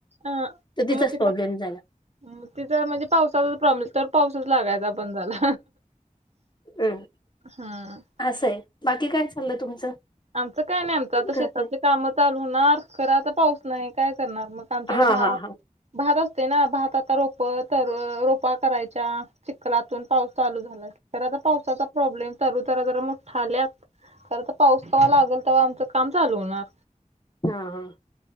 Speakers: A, on the right (about 50°); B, on the left (about 35°).
A: अं
B: तर तिचाच
A: म तिला
B: प्रॉब्लेम झाला
A: म तिझा म्हणजे पावसाचा प्रॉमिस तर पाऊसच लागायचा बंद झाला.
B: हम्म
A: हा.
B: असं आहे बाकी काय चाललं तुमचं?
A: आमचं काय नाही आमचं आता
B: घरातले
A: शेतातले कामं चालू होणार खरं आता पाऊस नाही काय करणार मग. आमच्याकडे
B: हा
A: भा
B: हा हा
A: भात असते ना भात आता रोप तर रोपा करायच्या चिककलातून पाऊस चालू झाला तर पावसाचा प्रॉब्लेम तरु तर जरा मोठा आल्या कार पाऊस कवा लागेल तेव्हा आमचं काम चालू होणार.
B: नां